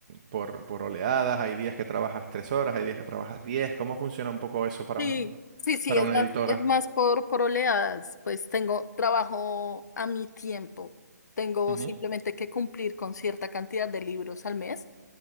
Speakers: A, on the right (about 25°); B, on the left (about 70°).
A: por, por oleadas? ¿Hay días que trabajas tres horas? ¿Hay días que trabajas diez? ¿Cómo funciona un poco eso para
B: sí,
A: un,
B: sí, sí,
A: para
B: es
A: una
B: más,
A: editora?
B: es más por, por oleadas, pues tengo trabajo a mi tiempo. Tengo
A: Ujú.
B: simplemente que cumplir con cierta cantidad de libros al mes